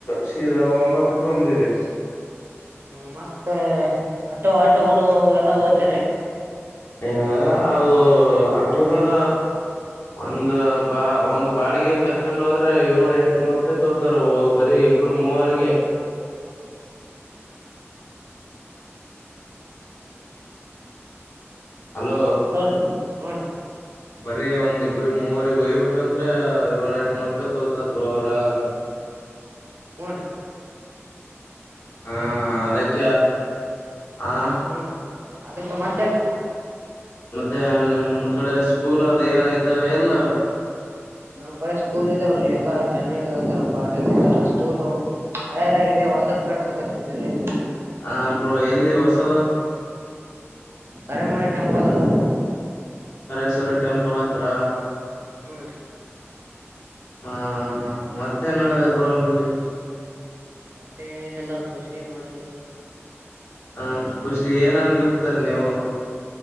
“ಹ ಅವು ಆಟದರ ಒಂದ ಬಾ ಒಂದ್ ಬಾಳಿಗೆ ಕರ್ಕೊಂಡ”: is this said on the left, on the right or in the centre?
Left